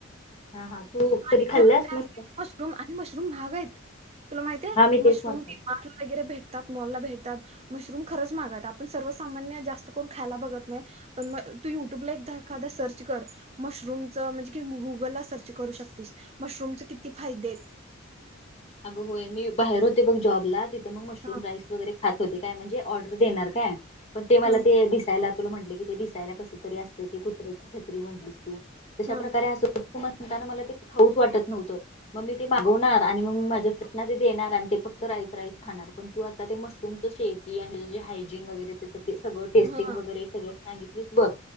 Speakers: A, on the left; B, on the right.
A: हा हा तू कधी
B: आणि खर
A: खाल्लास मस्त
B: मशरूम आणि मशरूम महागाईत तुला माहतीये
A: हा मी तेच
B: मशरूम
A: म्हणतो
B: डी मार्टला वगैरे भेटतात मॉला भेटत मशरूम खर्च महागायत आपण सर्वसामान्य जास्त करून खायला बघत नाय पण तू युट्युब ला एकदा सर्च कर मशरूम च किंग गुगल ला सर्च करू श मशरूमचे किती फायदे आहेत
A: अगं होय मी बाहेर होते बघ जॉबला मग मशरूम
B: हा
A: राईस वगैरे खात होते काय म्हणजे ऑर्डर देणार काय मग ते मला
B: हा
A: ते दिसायला म्हटले कि ते दिसायला कस तरी असतय ते कुत्र्याची म्हणालीस तू तशा
B: हा
A: प्रकारे अस म्हणताना मला ते खऊच वाटत नव्हतं मग मी ते मागवणार आणि ते देणार आणि ते फक्त राईस राईस खाणार पण तू आता ते मशरूमच शेती आणि जे हायजीन वगैरे तर ते सगळ टेस्टिंग
B: हा हा
A: वगैरे सगळं सांगितलीस बघ